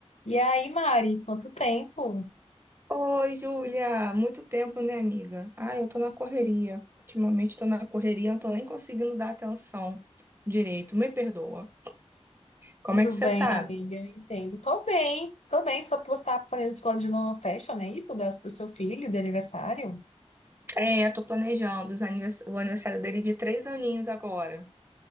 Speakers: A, on the left; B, on the right.
A: E aí, Mari, quanto tempo?
B: Oi, Júlia! Muito tempo, né, amiga? Ah, eu tô na correria. Ultimamente tô na correria, não tô nem conseguindo dar atenção direito. Me perdoa. Como
A: Tudo
B: é que você
A: bem,
B: tá?
A: amiga? Eu Entendo. Tô bem, tô bem, só porque você tá planejando uma festa, não é isso? Do, do seu filho, de aniversário?
B: É, tô planejando os anivers- o aniversário dele de três aninhos agora.